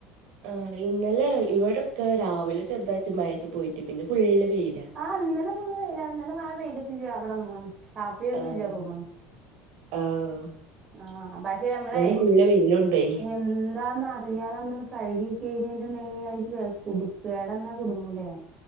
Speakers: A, on the right (about 65°); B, on the right (about 25°).
A: ആ ഇന്നലെ ഇവിടെൊക്കെ രാവിലെ ചെറുതായിട്ടു മയറ്റി പോയിട്ട് പിന്നെ ഫുള്ള് വെയില
B: ആ ന്നലെ ഫുള്ള് വെയിലാ, ന്നലെ മഴ പെയ്തിട്ടില്ല വടൊന്നും താത്തിംഒന്നുംഇല്ല
A: ആഹ്
B: തോന്നുന്ന്
A: ആഹ്
B: ആ, പക്ഷെ നമ്മളെ
A: ഇന്ന് ഫുള്ള് വെയിലുണ്ടേ
B: എന്താന്ന അറിയാതെ നമ്മള് കഴുകി കഴിഞ്ഞിണ്ടെങ്കിൽ അ കേട് ടന്നാ കൊടുങ്ങൂല്ലേ